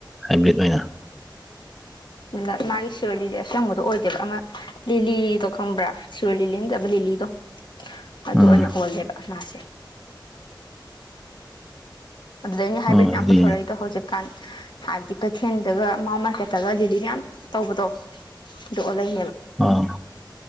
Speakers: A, in the centre; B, on the left.
A: ꯍꯥꯏꯕꯦꯠ ꯑꯣꯏꯅ
B: ꯎꯝ ꯃꯥꯒꯤ ꯁꯤꯔꯜꯗꯨꯗꯤ ꯑꯁꯪꯕꯗꯣ ꯑꯣꯏꯗꯦꯕ ꯑꯃ ꯂꯤꯂꯤꯗꯣ ꯈꯪꯕ꯭ꯔꯥ ꯁꯤꯔꯣꯏ ꯂꯤꯂꯤ ꯅꯠꯇꯕ ꯂꯤꯂꯤꯗꯣ ꯑꯗꯨ
A: ꯑꯥ
B: ꯑꯣꯏꯅ ꯑꯣꯜꯂꯦꯕ ꯃꯥꯥꯁꯦ ꯑꯗꯨꯗ ꯑꯩꯅ ꯍꯥꯏꯕꯦꯠ
A: ꯑꯣ ꯑꯗꯨꯗꯤ
B: ꯌꯥꯝ ꯄꯨꯊꯣꯔꯛꯏꯗꯣ ꯍꯧꯖꯤꯛ ꯀ ꯍꯥꯏꯕꯗꯤ ꯀꯩꯊꯦꯜꯗꯒ ꯃꯥꯎ ꯃꯥꯔꯀꯦꯠꯇꯒ ꯂꯤꯂꯤ ꯃꯌꯥꯝ ꯇꯧꯕꯗꯣ ꯑꯗꯨꯗꯣ ꯋꯥꯂꯦꯜ
A: ꯑ